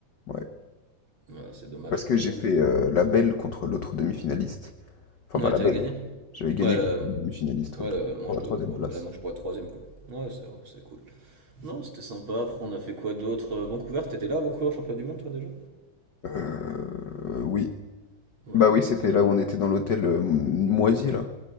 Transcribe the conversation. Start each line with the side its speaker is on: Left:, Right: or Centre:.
Left: Ouais.
Right: Ouais, c'est dommage,
Left: Parce que
Right: mais
Left: j'ai
Right: bon.
Left: fait euh, la belle contre l'autre demi-finaliste. Enfin,
Right: Ouais,
Left: pas la
Right: t'avais
Left: belle.
Right: gagné?
Left: J'avais gagné
Right: Ouais, la,
Left: contre l'autre demi-finaliste
Right: ouais,
Left: ouais, pour,
Right: la manche
Left: pour la
Right: de,
Left: troisième
Right: enfin,
Left: place.
Right: voilà, la manche pour la troisième, quoi. Ouais, c'est c'est cool. Non, c'était sympa. Après, on a fait quoi d'autre? Euh, Vancouver, t'étais là à Vancouver, champion du monde, toi, déjà?
Left: Euh, oui.
Right: Ouais,
Left: Bah oui,
Right: c'est-
Left: c'était
Right: on a
Left: là où on était dans l'hôtel euh, moisi, là.